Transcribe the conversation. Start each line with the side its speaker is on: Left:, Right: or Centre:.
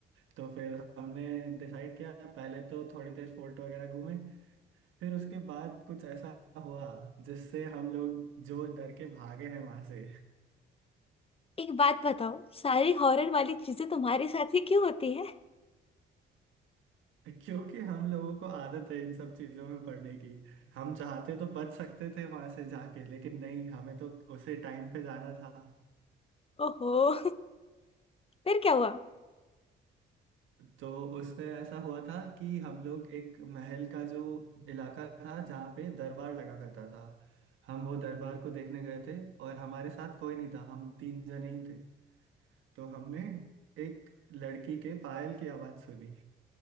Right: तो फिर हमने डिसाइड किया पहले तो थोड़ी देर फोर्ट वगैरह घूमे फिर उसके बाद कुछ ऐसा हुआ जिससे हम लोग जो डर के भागे हैं वहां से
Left: एक बात बताओ सारी हॉरर वाली चीजें तुम्हारे साथ ही क्यों होती है
Right: क्योंकि हम लोगों को आदत है इन सब चीजों में पढ़ने की हम चाहते तो बच सकते थे वहां से जाके लेकिन नहीं हमें तो उसे टाइम पे जाना था
Left: ओहो <laughs> फिर क्या हुआ
Right: तो उसमें ऐसा हुआ था कि हम लोग एक महल का जो इलाका था जहाँ पे दरबार लगा करता था हम वो दरबार को देखने गए थे और हमारे साथ कोई नहीं था हम तीन जने ही थे तो हमने एक लड़की के पायल की आवाज सुनी